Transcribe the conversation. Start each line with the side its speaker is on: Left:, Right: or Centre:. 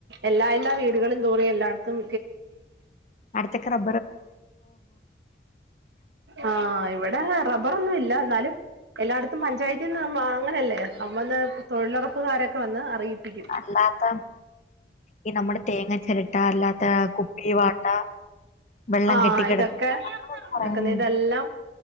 Right: എല്ലാ എല്ലാ വീടുകളും തോറി എല്ലായിടത്തും
Left: അടുത്തൊക്കെ റ
Right: ആ ഇവിടെ റബ്ബറൊന്നും ഇല്ല എന്നാലും എല്ലായിടത്തും പഞ്ചായത്തിൽ നിന്ന് വാങ്ങലല്ലേ അമ്മന്ന് തൊഴിലുറപ്പുകാരൊക്കെ വന്ന് അറിയിപ്പിക്കും
Left: അല്ലാത്ത ഈ നമ്മുടെ തേങ്ങ ചിരട്ട അല്ലാത്ത കുപ്പി വാട്ട വെള്ളം
Right: ആ
Left: കെട്ടിക്കിടക്കില്ല
Right: ഇതൊക്കെ
Left: അതൊക്കെ ഒന്ന് പറയും
Right: അതക്ക ഇതെല്ലാം